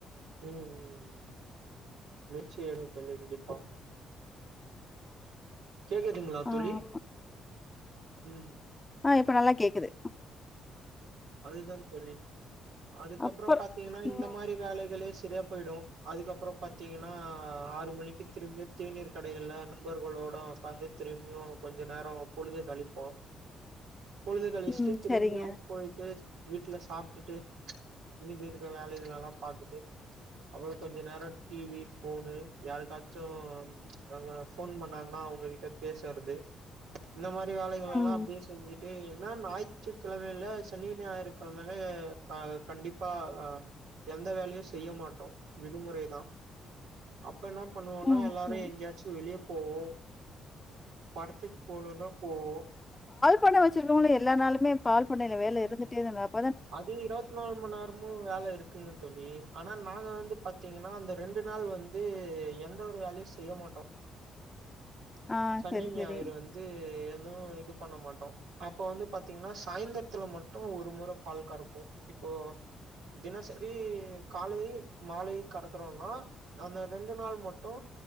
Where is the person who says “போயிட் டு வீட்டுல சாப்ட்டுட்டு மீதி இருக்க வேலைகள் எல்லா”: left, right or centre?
Right